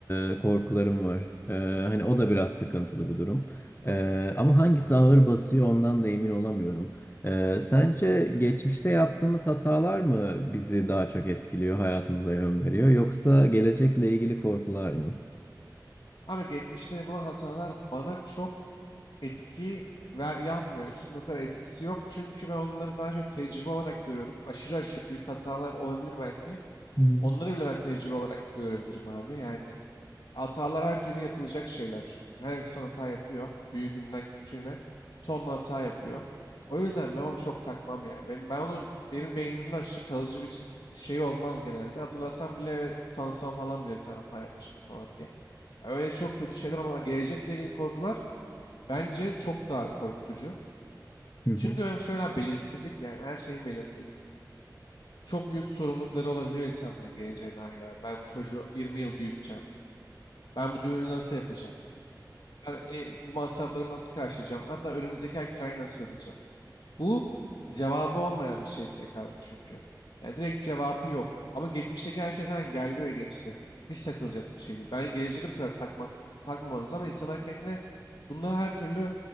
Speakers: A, on the left; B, on the left.
A: e, korkularım var. E, hani o da biraz sıkıntılı bir durum. E, ama hangisi ağır basıyor ondan da emin olamıyorum. E, sence geçmişte yaptığımız hatalar mı bizi daha çok etkiliyor, hayatımıza yön veriyor, yoksa gelecekle ilgili korkular mı?
B: Ama geçmişte yapılan hatalar bana çok etki ve yapmıyor. Üstünde o kadar etkisi yok. Çünkü ben onları daha çok tecrübe olarak görüyorum. Aşırı aşırı büyük hatalar olabilir belki.
A: Hı hı.
B: Onları bile ben tecrübe olarak görebilirim abi. Yani hatalar her türlü yapılacak şeyler çünkü. Her insan hata yapıyor. Büyüğünden küçüğüne tonla hata yapıyor. O yüzden ben onu çok takmam yani. Benim, ben onu benim beynimde aşırı kalıcı bir şey olmaz genelde. Hatırlasam bile öyle utansam falan bile bir tane hata yapmışımdır falan diye. Öyle çok kötü şeyler ama gelecekle ilgili korkular bence çok daha korkutucu.
A: Hı
B: Çünkü hem şöyle abi, belirsizlik yani her şeyin belirsiz. Çok büyük sorumlulukları olabiliyor insanların geleceğe dair abi. Ben bu çocuğu 20 yıl büyüteceğim. Ben bu düğünü nasıl yapacağım? Ben e, bu masraflarımı nasıl karşılayacağım? Hatta önümüzdeki ay kirayı nasıl ödeyeceğim? Bu cevabı olmayan bir şey direkt abi çünkü. Yani direkt cevabı yok. Ama geçmişteki her şey zaten geldi ve geçti. Hiç takılacak bir şey değil. Bence geleceğe de bu kadar takmak, takmamalıyız ama insanlar kendine bunları her türlü